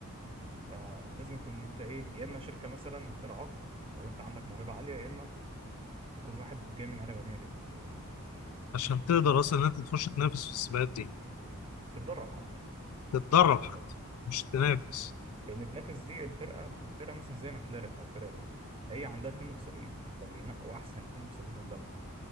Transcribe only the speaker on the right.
فلازم يكون انت ايه يا اما شركه مثلا ترعاك لو انت عندك موهبه عاليه يا اما تكون واحد جاي من عيله غنيه جدا في اوروبا
تتدرب حتى
مش تنافس
اه لان تنافس دي الفرقه فرقه مثلا زي ماكلارين او فيراري هي عندها 72 فبينقوا احسن 72 قدامهم